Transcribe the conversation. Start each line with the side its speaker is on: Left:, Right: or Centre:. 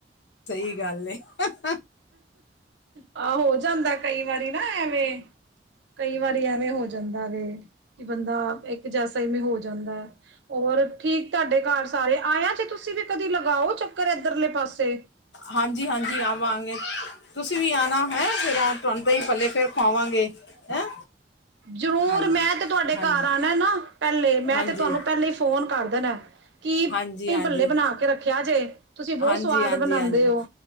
Left: ਸਈ ਗਾੱਲ ਏ, ਹਾ, ਹਾ।
Right: ਆ ਹੋ ਜਾਂਦੈ ਕਂਈ ਵਾਰੀ ਨਾ ਐਵੇਂ। ਕਂਈ ਵਾਰੀ ਐਵੇਂ ਹੋ ਜਾਂਦਾ ਵੇ, ਕਿ ਬੰਦਾ ਇੱਕ ਜੈਸਾ ਇਵੇਂ ਹੋ ਜਾਂਦੈ। ਔਰ ਠੀਕ ਤੂਆਡੇ ਘਾਰ ਸਾਰੇ ਆਏਆ ਜੇ ਤੂਸੀ ਵੀ ਕਦੀ ਲਗਾਓ ਚੱਕਰ ਐਦਰਲੇ ਪਾਸੇ।
Left: ਹਾਂਜੀ, ਹਾਂਜੀ ਆਵਾਂਗੇ, ਤੂਸੀਂ ਵੀ ਆਨਾ ਹੈਂ, ਫੇਰ ਆ ਤੂਆਨ ਦਂਹੀ-ਭਲੇੇ ਫੇਰ ਖਵਾਵਾਂਗੇ। ਹੈਂ?
Right: ਜ਼ਰੂਰ
Left: ਹਾਂਜੀ
Right: ਮੈਂ ਤੇ ਤੂਆਡੇ
Left: ਹਾਂਜੀ
Right: ਘਾਰ ਆਨੈ ਨਾ ਪ੍ਹੈਲੇ, ਮੈਂ
Left: ਹਾਂਜੀ
Right: ਤੇ ਤੂਆਨੂੰ ਪ੍ਹੈਲੇ ਈ ਫੋਨ ਕਾਰ ਦੇਨੈ। ਕੀ, ਦਂਹੀ-ਭੱਲੇ
Left: ਹਾਂਜੀ ਹਾਂਜੀ
Right: ਬਨਾ ਕੇ ਰੱਖੇਆ ਜੇ। ਤੂਸੀ ਬੋਤ
Left: ਹਾਂਜੀ
Right: ਸਵਾਦ
Left: ਹਾਂਜੀ
Right: ਬਨਾਂਦੇ
Left: ਹਾਂਜੀ ਹਾਂਜੀ
Right: ਓ,